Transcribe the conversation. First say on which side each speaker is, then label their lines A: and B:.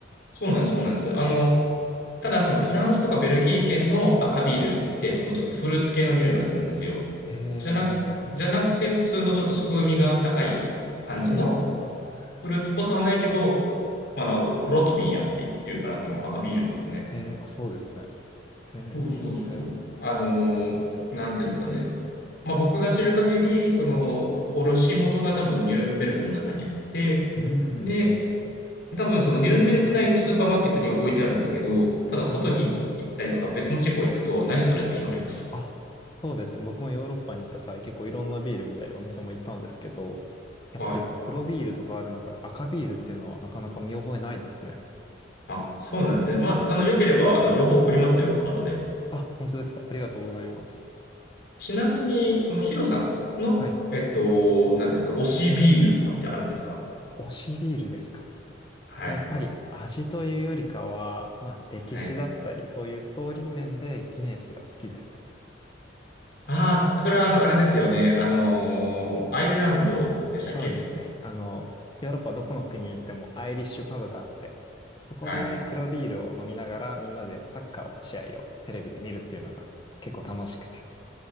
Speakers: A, on the left; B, on the left.
A: そうなんです、そうなんです。あの、ただ、そのフランスとかベルギー圏の赤ビールって、そのちょっとフルーツ系の匂いがするんですよ。
B: へえ、
A: じゃなく、じゃなくて、普通のちょっと風味が高い感じの、
B: へえ、
A: フルーツっぽさはないけど、まあ、あの、ロロトビアっていうから多分赤ビールですよね。
B: へえ、あ、そうですね。へえ、
A: そうそうそう。あのーなんていうんですかね。まあ、僕が知る限り、その、卸元が多分ニュルンベルクの中にあって、
B: うん、
A: で、
B: うん、うん。
A: 多分そのニュルンベルク内のスーパーマーケットには置いてあるんですけど、ただ外に行ったりとか別の地方行くと何それって言われます。
B: ああ、あ、そうですね。僕もヨーロッパに行った際、結構いろんなビール見たりお店も行ったんですけど、やっぱり黒ビールとかある中で赤ビールっていうのはなかなか見覚えないですね。
A: はい。あ、そうなんですね。まあ、あの、良ければ、あの、情報を送りますよ、後で。
B: あ、本当ですか。ありがとうございます。
A: ちなみに、そのヒロさんの、
B: はい。
A: えっと、なんていうんですか、推しビールとかってあるんですか
B: 推しビールですか。
A: はい。
B: やっぱり味というよりかは、まあ歴史だったり、
A: はい。
B: そういうストーリー面でギネスが好きですね。
A: ああ、それはあの、あれですよね。あのーアイルランドでしたっけ
B: そうですね。あの、ヨーロッパどこの国に行ってもアイリッシュパブがあって、そこで黒ビールを飲みながらみんなでサッカーの試合をテレビで見るっていうのが結構楽しくて、
A: はい。